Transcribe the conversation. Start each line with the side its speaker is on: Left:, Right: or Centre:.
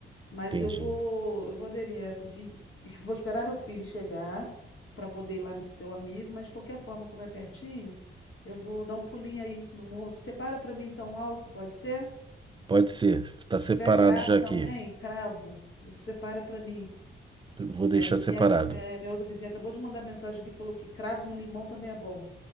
Left: Mas
Right: Entendi.
Left: eu vou, eu vou aderir a essa de. es- Vou esperar meu filho chegar para poder ir lá nesse teu amigo, mas de qualquer forma, como é pertinho, eu vou dar um pulinho aí no morto. Separa para mim então um álcool, pode ser?
Right: Pode ser.
Left: Se
Right: Tá
Left: tiver
Right: separado
Left: cravo
Right: já
Left: também,
Right: aqui.
Left: cravo. Você separa para mim.
Right: Eu Vou deixar
Left: Minha vizinha,
Right: separado.
Left: minha, minha outra vizinha acabou de mandar mensagem que falou que cravo no limão também é bom.